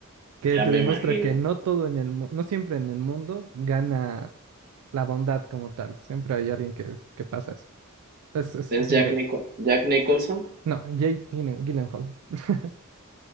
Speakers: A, on the right; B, on the right.
A: que
B: Ya
A: te
B: me
A: demuestra
B: imagino.
A: que no todo en el, mu- no siempre en el mundo gana la bondad como tal, siempre hay alguien que, que pasa eso. Es, es,
B: ¿Es
A: es
B: Jack
A: increíble.
B: Nico- Jack Nicholson?
A: No, Jake Gyllen- Gyllenhaal. <laughs>